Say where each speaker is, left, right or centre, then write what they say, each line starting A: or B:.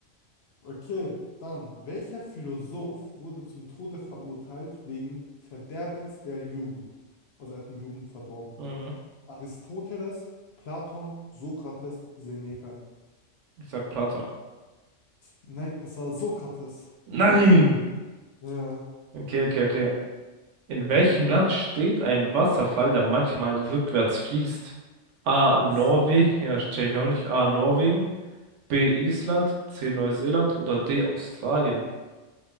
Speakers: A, on the left; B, on the right.
A: Okay, dann, welcher Philosoph wurde zum Tode verurteilt wegen Verderbens der Jugend? Also er hat die Jugend verdorben.
B: Mhm.
A: Aristoteles, Platon, Sokrates, Seneca.
B: Ich sag Platon.
A: Nein, es war Sokrates.
B: Nein!
A: Ja.
B: Okay, okay, okay. In welchem Land steht ein Wasserfall, der manchmal rückwärts fließt? A.
A: Was?
B: Norwegen, ja, check ich auch nicht. A. Norwegen, B. Island, C. Neuseeland oder D. Australien?